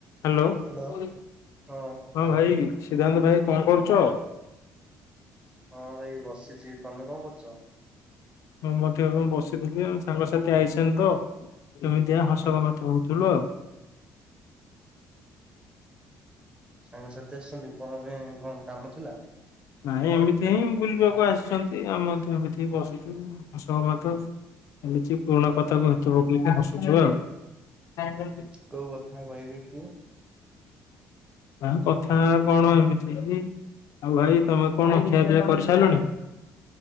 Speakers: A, on the left; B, on the right.
A: Hello
B: hello.
A: ହଁ
B: ହଁ
A: ଭାଇ, ସିଦ୍ଧାନ୍ତ ଭାଇ କଣ କରୁଚ?
B: ହଁ ଭାଇ ବସିଚି ତମେ କଣ କରୁଚ?
A: ମୁଁ ମଧ୍ୟ ଏବେ ବସିଥିଲି ସାଙ୍ଗସାଥି ଆଇଛନ୍ତି ତ ଏମିତି ହସଗମାତ୍
B: ହଁ
A: ହଉଥିଲୁ ଆଉ।
B: ସାଙ୍ଗସାଥି ଆସିଚନ୍ତି କଣ ପାଇଁ କଣ କାମ ଥିଲା?
A: ନାଇଁ ଏମିତି ହିଁ ବୁଲିବାକୁ ଆସିଛନ୍ତି ଆମେ ମଧ୍ୟ <unintelligible> ବସିଚୁ। ହସଗମାତ ଏମିତି ପୁରୁଣା କଥାକୁ <unintelligible> ପକେଇିକି ହସୁଛୁ ଆଉ।
B: ହୁଁ କୋଉ କଥା କହିବେ କି <unintelligible>
A: ନା କଥା କଣ ଏମିତି ଆଉ ଭାଇ ତମେ କଣ ଖିଆପିଆ କରିସାରିଲଣି?